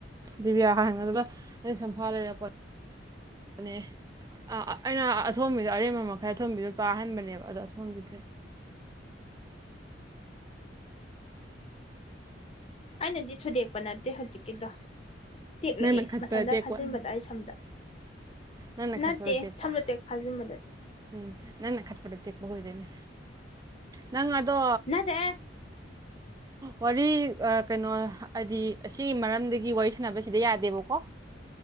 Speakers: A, on the right; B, on the left.
A: ꯗꯤꯕꯤꯌꯥ ꯍꯥꯏꯗꯨꯒ ꯑꯩ ꯁꯝꯐꯥ ꯂꯩꯔꯛꯄ ꯅꯦ ꯑꯩꯅ ꯑꯊꯣꯝꯕꯤꯗꯣ ꯑꯔꯦꯝꯕ ꯃꯈꯩ ꯑꯊꯣꯝꯕꯤꯗꯨꯣ ꯄꯥꯍꯟꯕꯅꯦꯕ ꯑꯗꯣ ꯑꯊꯣꯝꯕꯤꯗꯨꯅꯦ
B: ꯑꯅꯗꯤꯊꯨꯗꯦ ꯄꯅꯥ ꯑ ꯍꯧꯖꯤꯛꯩꯗ ꯇꯦꯛꯂꯛꯑꯦ
A: ꯅꯪꯅ ꯈꯠꯄꯗ
B: ꯃꯊꯟꯇ
A: ꯇꯦꯛꯄ
B: ꯐꯥꯖꯤꯟꯕꯗ ꯑꯩ ꯁꯝꯗ
A: ꯅꯪꯅ
B: ꯅꯠꯇꯦ
A: ꯈꯠꯄꯗ ꯇꯦꯛꯄ
B: ꯁꯝꯗꯣ ꯇꯦꯛ ꯐꯥꯖꯤꯟꯕꯗ
A: ꯎꯝ ꯅꯅꯦ ꯈꯠꯄꯇ ꯇꯦꯛꯄ ꯑꯣꯏꯗꯅꯦ ꯅꯪ ꯑꯗꯣ
B: ꯅꯠꯇꯦ
A: ꯋꯥꯔꯤ ꯀꯩꯅꯣ ꯍꯥꯏꯗꯤ ꯑꯁꯤꯒꯤ ꯃꯔꯝꯗꯒꯤ ꯋꯥꯔꯤ ꯁꯥꯟꯅꯕꯁꯤꯗ ꯌꯥꯗꯦꯕꯀꯣ